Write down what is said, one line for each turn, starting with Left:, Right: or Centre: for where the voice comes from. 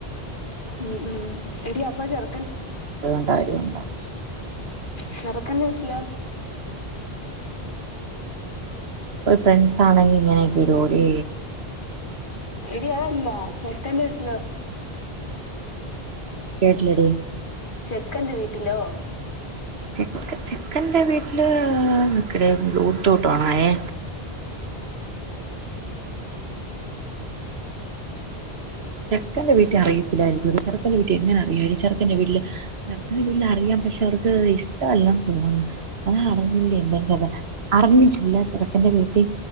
Left: ഉം ഉം എടി അപ്പ ചറ
Right: ഉണ്ടായി ഉണ്ടായി
Left: ചെറുക്കൻ്റെ വീട്ടില്ലോ
Right: ഒരു ഫ്രണ്ട്സ് ആണെങ്കിൽ ഇങ്ങനെയൊക്കെ ഇടോടി
Left: എടി അതല്ല ചെക്കൻ ലോ
Right: കേട്ടില്ലടീ
Left: ചെക്കന്റെ വീട്ടിലോ
Right: ചെക് ചെക്കന്റെ വീട്ടില് നിക്കടെ ബ്ലൂടൂത്ത് ഓണായെ ചെക്കന്റെ വീട്ടിൽ അറിയത്തില്ലായിരിക്കുമെടീ ചെറുക്കന്റെ വീട്ടിൽ എങ്ങനെ അറിയാനാടി ചെറുക്കന്റെ വീട്ടില് ചെറുക്കന്റെ വീട്ടിൽ അറിയാം പക്ഷെ അവർക്ക് ഇഷ്ടമല്ലന്ന് തോന്നുന്നു അത അറിഞ്ഞില്ലേ എന്തെകഥ അറിഞ്ഞിട്ടില്ല ചെറുക്കന്റെ വീട്ടിൽ